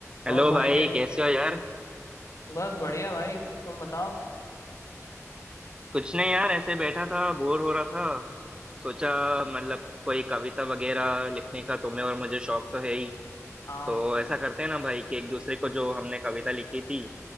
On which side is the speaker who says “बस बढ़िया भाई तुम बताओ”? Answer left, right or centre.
Left